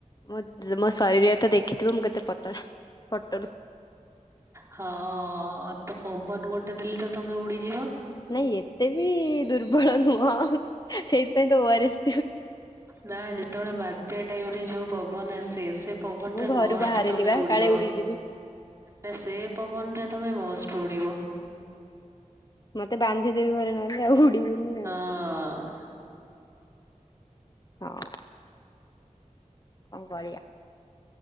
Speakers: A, on the left; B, on the right.
A: ମୋ ମୋ ଶରୀର ତ ଦେଖିଥିବ ମୁଁ କେତେ ପତଳା ଫଟରୁୁ।
B: ହଁ। ତ ପବନ ଗୋଟେ ଦେଲେ ତ ତମେ ଉଡିଯିବ?
A: ନାଇଁ ଏତେ ବି ଦୁର୍ବଳ ନୁହଁ। ସେଇଥିପାଇଁ ତ ଓଆରେସ୍
B: ନା ଯେତେବେଳେ ବାତ୍ୟା ଟାଇମ୍ ରେ ଯୋଉ ପବନ ଆସେ ସେ ପବନରେ
A: ମୁଁ ଘରୁ
B: ମଷ୍ଟ
A: ବାହାରେନି
B: ତମେ
A: ବା
B: ଉଡିବ।
A: କାଳେ ଉଡିଯିବି।
B: ନା ସେ ପବନରେ ତମେ ମଷ୍ଟ ଉଡ଼ିବ।
A: ମତେ ବାନ୍ଧି ଦେବେ ଘରେ ନହେଲେ ଆଉ ଉଡିବିନି ଆଉ।
B: ହଁ।
A: ହଁ। କଣ କରିବା।